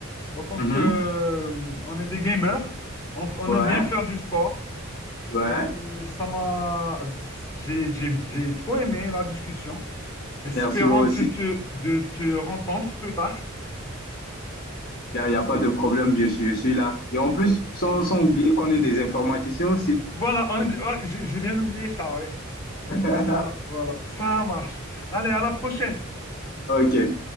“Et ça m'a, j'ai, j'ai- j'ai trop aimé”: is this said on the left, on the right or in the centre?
Left